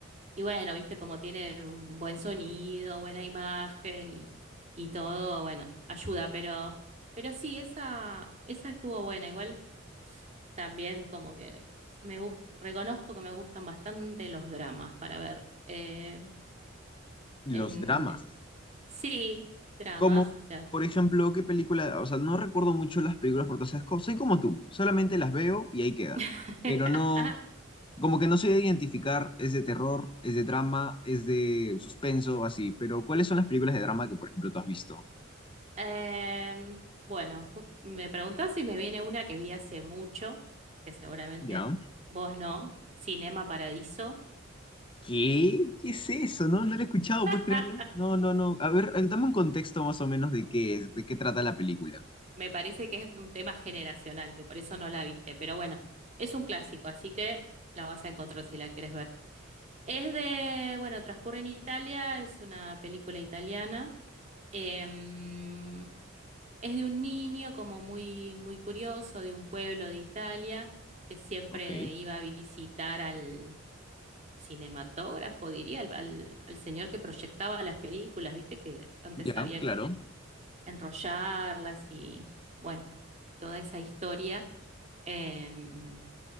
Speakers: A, on the right (about 35°); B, on the left (about 25°).
A: y bueno, viste como tiene un buen sonido, buena imagen y, y todo, bueno, ayuda, pero, pero sí, esa, esa estuvo buena. Igual también como que me gus- reconozco que me gustan bastante los dramas para ver. em,
B: los
A: en,
B: dramas.
A: Sí, dramas,
B: Como,
A: o sea.
B: por ejemplo, qué película, o sea, no recuerdo mucho las películas porque, o sea, es co- soy como tú, solamente las veo y ahí queda.
A: <laughs>
B: Pero no, como que no sé identificar, es de terror, es de drama, es de suspenso, así. Pero, ¿cuáles son las películas de drama que, por ejemplo, tú has visto?
A: Em, bueno, ju- me preguntás si me viene una que vi hace mucho, que seguramente
B: ¿Ya?
A: vos no, Cinema Paradiso.
B: ¿Qué? ¿Qué es eso? No, no lo he escuchado,
A: <laughs>
B: ¿puedes creerlo? No, no, no. A ver, dame un contexto más o menos de qué es, de qué trata la película.
A: Me parece que es un tema generacional, que por eso no la viste, pero bueno, es un clásico, así que la vas a encontrar si la quieres ver. Es de, bueno, transcurre en Italia, es una película italiana. Em, Es de un niño como muy, muy curioso, de un pueblo de Italia, que siempre
B: Ok,
A: iba a visitar al cinematógrafo, diría, al, al- al señor que proyectaba las películas, ¿viste? Que antes
B: ya,
A: había
B: claro.
A: que enrollarlas y, bueno, toda esa historia. Em,